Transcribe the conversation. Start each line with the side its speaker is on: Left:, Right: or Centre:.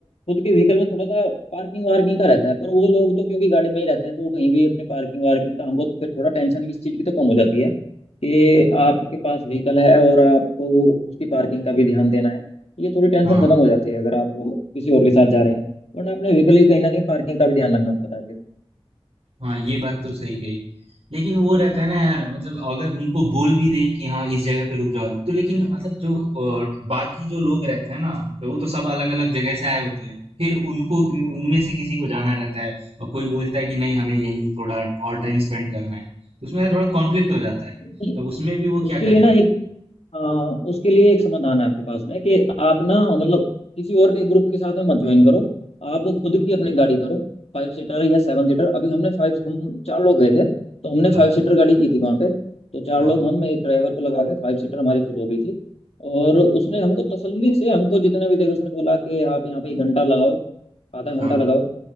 Left: खुद के व्हीकल में थोड़ा सा पार्किंग वार्किंग का रहता है पर वो लोग तो क्योंकि गाड़ी में ही रहते हैं तो वो कहीं भी अपने पार्किंग वार्किंग का हमको फिर थोड़ा टेंशन इस चीज की तो कम हो जाती है कि आपके पास व्हीकल है और आपको उसकी पार्किंग का भी ध्यान देना है ये थोड़ी टेंशन
Right: हाँ
Left: खत्म हो जाती है अगर आप किसी और के साथ जा रहे हैं वरना अपने व्हीकल की कहीं ना कहीं पार्किंग का भी ध्यान रखना पड़ता है
Right: हाँ ये बात तो सही कही लेकिन वो रहता है ना यार मतलब अगर उनको बोल भी दें कि हाँ इस जगह पे रुक जाओ तो लेकिन मतलब जो अ, बाकी जो लोग रहते हैं ना तो वो तो सब अलग अलग जगह से आए होते हैं फिर उनको उनमें से किसी को जाना रहता है और कोई बोलता है कि नहीं हमें यहीं थोड़ा और टाइम स्पेंड करना है तो उसमें यार थोड़ा कॉन्फ्लिक्ट हो जाता है
Left: फिर
Right: तो उसमें भी वो
Left: उसके
Right: क्या
Left: लिए
Right: करे
Left: ना
Right: भाई
Left: आ, उसके लिए एक समाधान है आपके पास में कि आप ना मतलब किसी और के ग्रुप के साथ में मत ज्वाइन करो आप खुद की अपनी गाड़ी करो फाइव सीटर या सेवन सीटर अभी हमने फाइव हम चार लोग गए थे तो हमने
Right: अच्छा
Left: फाइव सीटर गाड़ी की थी वहाँ पे तो चार
Right: हाँ
Left: लोग हम एक ड्राइवर को लगा के फाइव सीटर हमारी फुल हो गई थी और उसने हमको तसल्ली से हमको जितने भी देर उसने बोला कि आप यहाँ पे एक घंटा लगाओ आधा घंटा
Right: हाँ
Left: लगाओ